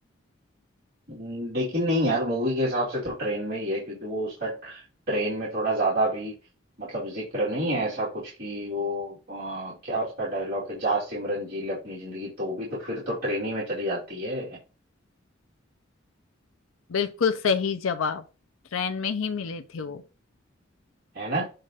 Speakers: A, on the right; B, on the left.
A: लेकिन नहीं यार मूवी के हिसाब से तो ट्रेन में ही है क्योंकि वो उसका ट्रेन में थोड़ा ज्यादा भी मतलब जिक्र नहीं है ऐसा कुछ कि वो अ, क्या उसका डायलॉग है जा सिमरन जी ले अपनी जिंदगी तो भी तो फिर तो ट्रेन ही में चली जाती है
B: बिल्कुल सही जवाब ट्रेन में ही मिले थे वो
A: है ना